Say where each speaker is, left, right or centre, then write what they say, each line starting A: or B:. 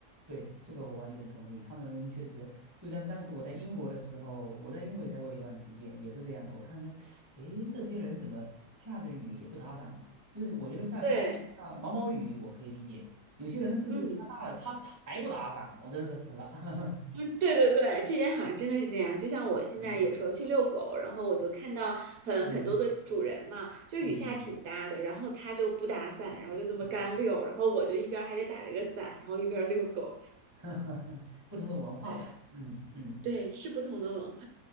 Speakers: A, on the right; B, on the right.
A: 对，这个我完全同意。他们确实，就像当时我在英国的时候，我在英国也待过一段时间，也是这样的。我看着，诶，这些人怎么下着雨也不打伞？就是我觉得下小小啊毛毛雨我可以理解，
B: 对，
A: 有些人甚至下大了，
B: 嗯。
A: 他他还不打伞，我真是服了。<laughs>
B: 嗯，对对对，这边好像真的是这样。就像我现在有时候去遛狗，
A: 嗯
B: 然后我就看到很很多的主人嘛，
A: 嗯
B: 就雨下挺大的，
A: 嗯
B: 然后他就不打伞，然后就这么干遛，
A: 嗯。
B: 然后我就一边儿还得打着个伞，然后一边儿遛狗。
A: <laughs> 不同的文化吧，
B: 对
A: 嗯嗯
B: 对，是不同的文化。